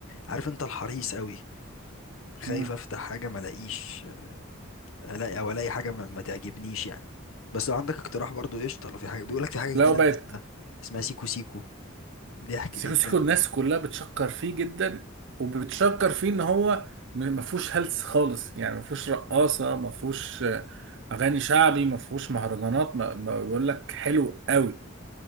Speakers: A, on the left (about 70°); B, on the right (about 60°).
A: عارف انت الحريص قوي خايف
B: مم.
A: افتح حاجة ما الاقيش الاقي او الاقي حاجة ما ما تعجبنيش يعني بس لو عندك اقتراح برضو قشطة لو في حاجة بيقولك في حاجة جديدة
B: لو بقت
A: نازلة اسمها اسمها سيكو سيكو ضحك
B: سيكو
A: جدا
B: سيكو الناس كلها بتشكر فيه جدا وبتشكر فيه ان هو م- ما فيهوش هلس خالص يعني ما فيهوش رقاصه ما فيهوش آه، اغاني شعبي ما فيهوش مهرجانات ما ما بيقول لك حلو قوي